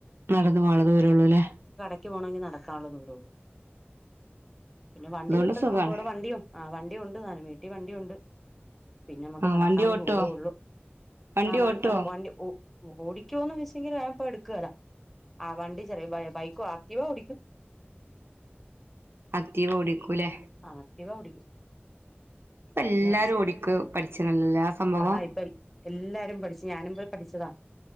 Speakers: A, on the right (about 65°); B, in the centre.
A: നടന്ന് പോവാൻള്ള ദൂരേള്ളു ലെ.
B: ക്ക് പോണൊങ്കി നടക്കാൻള്ള ദൂരോള്ളൂ. പിന്നെ വണ്ടി
A: അതുകൊണ്ട്
B: കിട്ടും
A: സുഖാണ്
B: നമുക്ക് വടെ വണ്ടി ആഹ് വണ്ടി ഉണ്ട് താനും. വീട്ടി വണ്ടി ഉണ്ട്. പിന്നെ അമക്ക്
A: ആഹ്
B: നടക്കാൻള്ളെ
A: വണ്ടി ഓട്ടുവോ
B: ദൂരേ ഒള്ളു.
A: വണ്ടി
B: ആഹ് വന്‍
A: ഓട്ടുവോ
B: അല്ല വണ്ടി ഓ ഓടിക്കുവോന്ന് ചോയിച്ചെങ്കില് ഞാൻപ്പൊ എട്ക്കേല. ആഹ് വണ്ടി ചെറിയ ബയ ബൈക്കൊ ആറ്റീവ ഓടിക്കും.
A: ആക്ടീവ ഓടിക്കൂലെ
B: ആഹ് ആക്ടീവ ഓടിക്കും.
A: പ്പ
B: ഡ്രൈവിംഗ്
A: എല്ലാരും
B: പഠിച്ചയായിരുന്നു
A: ഓടിക്ക പഠിച്ചീണല്ലല്ലേ ആ സംഭവം
B: ആഹ് ഇപ്പൊ എല്ലാരും പഠിച്ച്. ഞാനും പോയി പഠിച്ചതാ